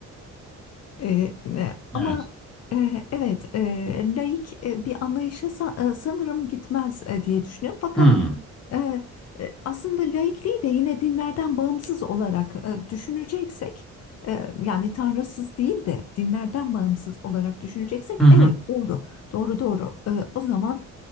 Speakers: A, on the left; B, in the centre.
A: E, e, Ama
B: Evet.
A: e, evet e, laik e, bir anlayışa sa- e, sanırım gitmez e, diye düşünüyorum. Fakat
B: Hmm.
A: e, e, aslında laikliği de yine dinlerden bağımsız olarak e, düşüneceksek, e, yani tanrısız değil de dinlerden bağımsız olarak düşüneceksek,
B: Hı hı
A: evet doğru, doğru doğru. E, o zaman